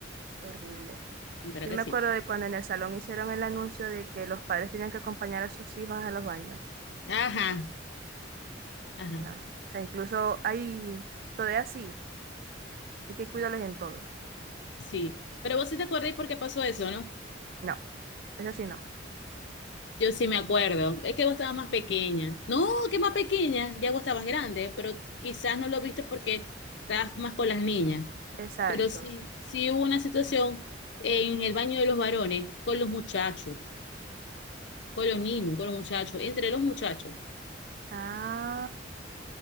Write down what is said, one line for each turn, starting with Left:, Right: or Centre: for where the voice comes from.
Right: Horrible.
Left: en verdad
Right: Yo
Left: que
Right: me
Left: sí.
Right: acuerdo de cuando en el salón hicieron el anuncio de que los padres tenían que acompañar a sus hijos a los baños.
Left: Ajá, ajá,
Right: No. O sea, incluso hay todavía sí, hay que cuidarles en todo.
Left: sí. Pero vos sí te acordáis por qué pasó eso, ¿no?
Right: No, eso sí no.
Left: Yo sí me acuerdo. Es que vos estabas más pequeña. No, que más pequeña, ya vos estabas grande, pero quizás no lo viste porque estabas más con las niñas.
Right: Exacto.
Left: Pero sí, sí hubo una situación en el baño de los varones, con los muchachos, con los niños, con los muchachos, entre los muchachos.
Right: Ah,